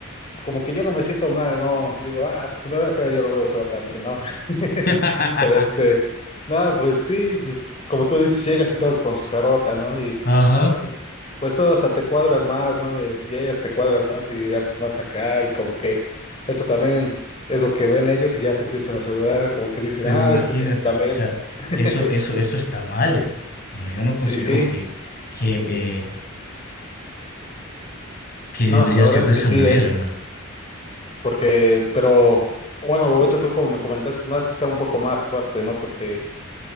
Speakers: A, on the left; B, on the left.
A: como que yo no me siento mal, ¿no? Digo, ah, pues si me ve feo, yo lo veo feo también, ¿no? <laughs>
B: <laughs>
A: Pero este, no, pues sí, pues como tú dices, llegas y todos con su carota, ¿no? Y
B: Ajá,
A: pues, pues todo hasta te cuadras más, ¿no? De, llegas, te cuadras más y haces más acá y como que eso también es lo que ven ellos y ya te empiezan a saludar, como que dicen,
B: pero
A: ah,
B: imagínate,
A: este, también.
B: o sea,
A: <laughs>
B: eso, eso, eso está mal. eh. No, yo no considero
A: Y sí,
B: que, que, eh, que debería
A: no, la
B: ser
A: verdad
B: de
A: es
B: esa
A: que sí,
B: manera,
A: ¿eh?
B: hermano.
A: Porque, pero, bueno, ahorita tú como me comentaste, es más, sí está un poco más fuerte, ¿no? Porque...